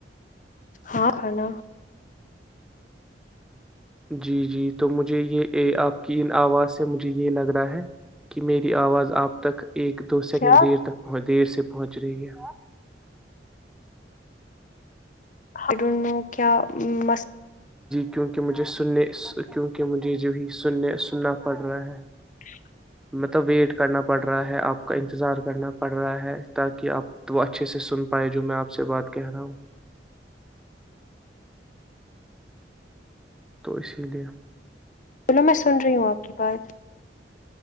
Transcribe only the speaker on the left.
ہاں کھانا
کیا
آئی ڈونٹ نو کیا م
<inaudible>
بولو میں سن رہی ہوں آپ کی بات